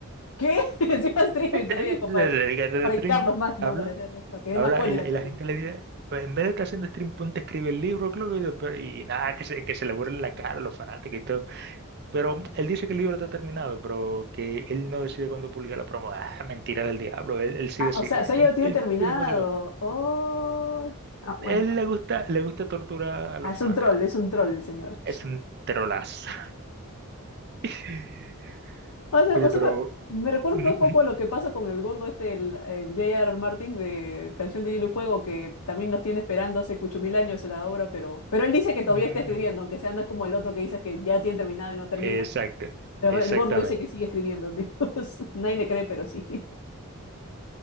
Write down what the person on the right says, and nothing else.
<laughs>
Se dedica a hacer
stream,
habla,
habla,
y la,
y la gente le dice, pues en vez de estar haciendo stream, ponte a escribir el libro, creo que, y nada, que se, que se le burlen la cara a los fanáticos Pero él dice que el libro está terminado, pero que él no decide cuándo publicar la promo. Ah, mentira del diablo, él, él sí
decide.
Él,
él
tiene voz y voto.
Él le gusta, le gusta torturar a
los
fanáticos.
Es un trolazo. <laughs>
Oye,
pero...
ujú,
ujú, ujú,
ujú.
Exacto,
exactamente.